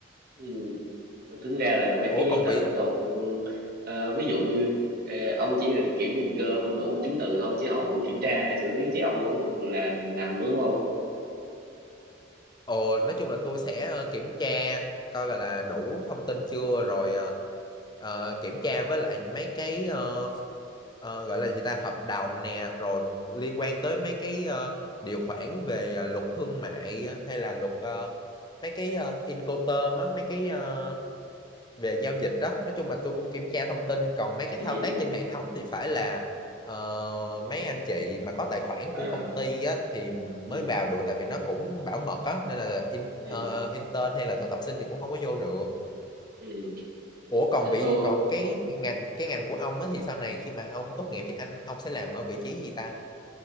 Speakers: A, on the right; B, on the left.
A: ừ Mà tính ra là mấy
B: Ủa
A: cái
B: còn
A: giấy tờ
B: vị
A: thủ tục ừ, ờ, ví dụ như ờ, ông chỉ là kiểu như gom đủ chứng từ thôi chứ họ vẫn kiểm tra xử lý chứ ông đâu có được là làm đúng không
B: Ờ, nói chung là tôi sẽ ờ, kiểm tra coi là, là đủ thông tin chưa rồi ờ, ờ, kiểm tra với lại mấy cái ờ, ờ, gọi là gì ta hợp đồng nè rồi liên quan tới mấy cái ờ, điều khoản về ờ, luật thương mại ờ, hay là luật ờ, mấy cái uh, Incoterm á mấy cái ờ, về giao dịch đó nói chung là tôi cũng kiểm tra thông tin còn mấy cái
A: ừ
B: thao
A: ừ
B: tác trên hệ
A: ừ
B: thống thì phải là ờ, mấy anh chị mà có tài khoản của
A: à,
B: công ty á, thì
A: ừ
B: mới vào được tại vì nó cũng bảo mật á nên là in,
A: ừ
B: ờ, intern hay là thực tập sinh thì cũng không có vô được
A: ừ
B: ủa còn
A: bên
B: vị
A: tôi
B: còn cái ngành cái ngành của ông á thì sau này khi mà ông tốt nghiệp thì anh ông sẽ làm ở vị trí gì ta